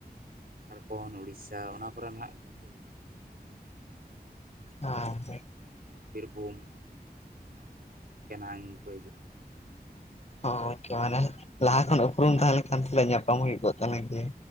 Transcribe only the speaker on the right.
ᱡᱷᱟᱲᱠᱷᱚᱸᱰ ᱩᱲᱤᱥᱥᱟ ᱚᱱᱟ ᱠᱚᱨᱮ ᱱᱟᱜ ᱜᱮᱠᱚ ᱦᱤᱡᱩᱜ <unintelligible>
ᱥᱟᱺᱜᱤᱧ ᱥᱟᱺᱜᱤᱧ ᱫᱤᱥᱚᱢ ᱵᱤᱨᱵᱷᱩᱢ ᱚᱱᱟ ᱠᱚᱨᱮ ᱜᱚᱝᱠᱮ ᱱᱟᱝ ᱠᱚ ᱦᱤᱡᱩᱜ ᱛᱟᱦᱮᱱ ᱜᱮᱭᱟ